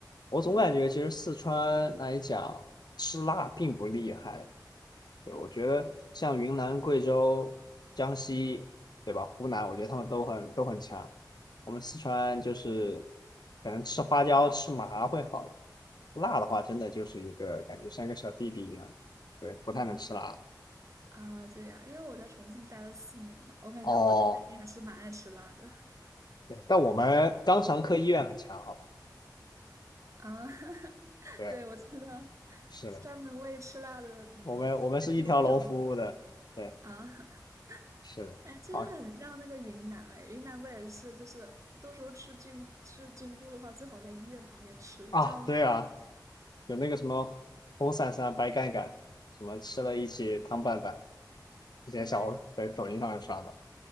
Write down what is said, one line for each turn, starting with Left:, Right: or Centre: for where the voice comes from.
Left: 我总感觉其实四川来讲吃辣并不厉害。
Right: 嗯
Left: 对，我觉得像云南、贵州、江西，对吧？湖南，我觉得他们都很都很强。我们四川就是可能吃花椒、吃麻会好一点，辣的话真的就是一个感觉像一个小弟弟一样，对，不太能吃辣。
Right: 啊啊，这样，因为我在重庆待了四年嘛，我感觉我在那边还是蛮爱吃辣的。
Left: 哦，对，但我们肛肠科医院很强，好吧？
Right: 啊，<laughs>
Left: 对，
Right: 对，我知道，
Left: 是的，
Right: 专门为吃辣的，嗯，
Left: 我们我们是一条龙服务的，
Right: 有非常多
Left: 对，
Right: 啊，<laughs>
Left: 是的。
Right: 哎，真的很像那个云南，
Left: 啊。
Right: 哎，云南不也是，就是都说吃菌吃菌菇的话，最好在医院旁边吃，
Left: 啊，
Right: 这样的话，
Left: 对啊，有那个什么红伞伞、白杆杆，什么吃了一起汤拌饭，之前小红在抖音上面刷的。
Right: 对